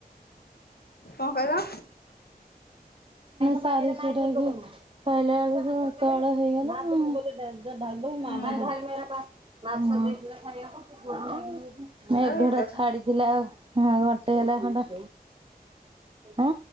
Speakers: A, on the left; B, on the right.
A: କଣ କହିଲ?
B: ସାରି ସୁରା କି ଖାଇଲା ବେଳକୁ ଏତେ ବେଳ ହେଇଗଲା ଆଉ। ଢାୁ ମା
A: ହୁଁ
B: ମା ଖ <unintelligible> ମେଘଟା
A: ଆଉ ଏତେ
B: ଛାଡିଥିଲା
A: ହୁଁ
B: ଘଣ୍ଟେହେଲା ଖଣ୍ଡ ଆ।